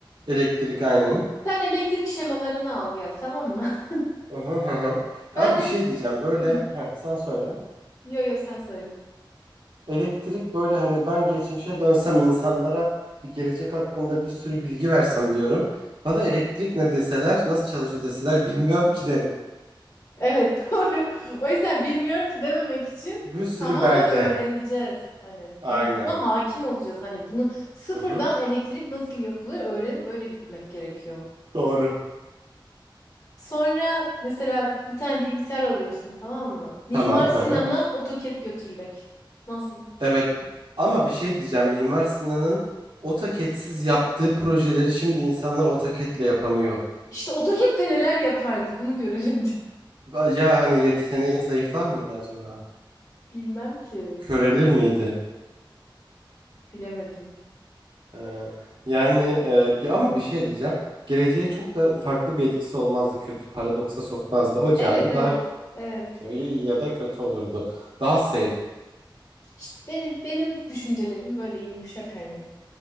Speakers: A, on the right; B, on the left.
A: Elektrik aynen.
B: Sen elektrik şemalarını al gel tamam mı? <laughs>
A: Hı hı hı. hı. Abi
B: Ben
A: bir
B: de
A: şey diyeceğim. Böyle
B: Hı.
A: heh, sen söyle.
B: yo yo sen söyle.
A: Elektrik böyle hani ben geçmişe dönsem insanlara bir gelecek hakkında bir sürü bilgi versem diyorum. Bana elektrik ne deseler, nasıl çalışıyor deseler bilmiyorum ki derim.
B: Evet <laughs> doğru. O yüzden bilmiyorum ki dememek için
A: Bir sürü
B: tamamen
A: belge.
B: öğreneceğiz. Hani
A: Aynen.
B: bu, buna hakim olacağız. Hani bunu sıfırdan
A: Hı hı.
B: elektrik nasıl yapılır öğrenip öyle gitmek gerekiyor.
A: Doğru.
B: Sonra mesela bir tane bilgisayar alıyorsun tamam mı? Mimar
A: Tamam.
B: Sinan'a
A: Hı hı.
B: AutoCAD götürmek. Nasıl?
A: Evet. Ama bir şey diyeceğim. Mimar Sinan'ın AutoCAD'siz yaptığı projeleri şimdi insanlar AutoCAD'le yapamıyor.
B: İşte AutoCAD'le neler yapardı bunu görelim <laughs> diye.
A: Ya hani yeteneği zayıflar mıydı acaba?
B: Bilmem ki.
A: Körelir miydi?
B: Bilemedim.
A: Ee, yani e, ge- ama bir şey diyeceğim. Geleceğe çok da farklı bir etkisi olmazdı. Kötü paradoksa sokmazdı. O cami
B: Evet evet.
A: daha
B: Evet.
A: şey, iyi ya da kötü olurdu. Daha safe.
B: İşte benim benim düşüncelerim böyle yumuşak hani.